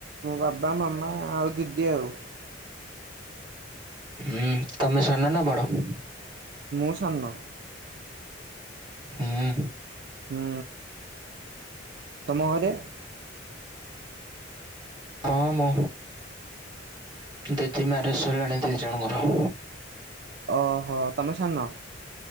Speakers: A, on the right; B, on the right.
A: ବାବା, ମାମା ଆ ଦିଦି ଆଉ।
B: ହୁଁ, ତମେ ସାନ ନା ବଡ଼?
A: ମୁଁ, ସାନ।
B: <inaudible>
A: ହୁଁ ତମ ଘରେ।
B: ହଁ, ମ ଦିଦି ମ୍ୟାରେଜ୍‌ ସଇଲାଣି ଜଣଙ୍କର।
A: ଅହ, ତମେ ସାନ।